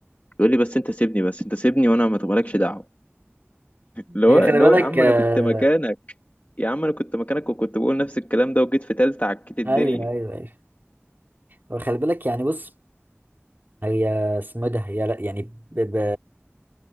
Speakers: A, on the left (about 40°); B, on the right (about 45°).
A: يقول لي بس انت سيبني بس انت سيبني وانا ما تبقالكش دعوه اللي هو
B: هي
A: اللي
B: خلي بالك
A: هو يا عم
B: آه،
A: انا كنت مكانك يا عم انا كنت مكانك وكنت بقول نفس الكلام ده وجيت في تالتة عكيت الدنيا
B: ايوه ايوه ايوه وخلي بالك يعني بص هي اسمه إيه ده هي لا يعني ب... ب...